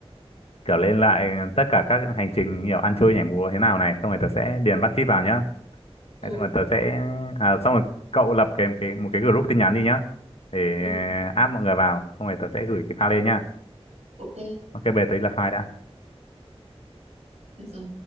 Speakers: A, on the left; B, on the right.
A: kiểu lên lại tất cả các hành trình kiểu ăn chơi nhảy múa thế nào này xong rồi tớ sẽ điền bắt chít vào nhá
B: ừ
A: Đấy, xong rồi tớ sẽ à, xong rồi cậu lập cái cái một cái group tin nhắn đi nhá để
B: ừ
A: add mọi người vào xong rồi tớ sẽ gửi cái file lên nhá
B: ok
A: ok bây giờ tớ đi lập file đã
B: được rồi